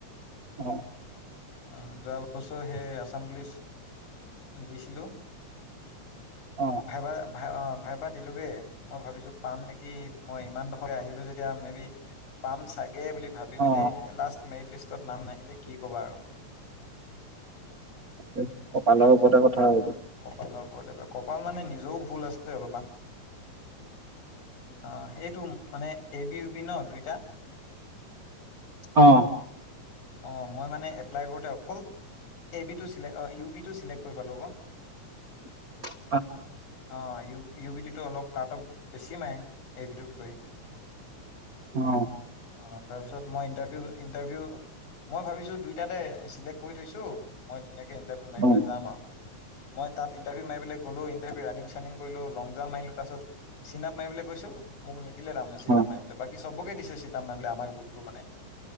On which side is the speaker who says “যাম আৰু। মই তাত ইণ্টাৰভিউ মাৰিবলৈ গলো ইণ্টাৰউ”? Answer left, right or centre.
Left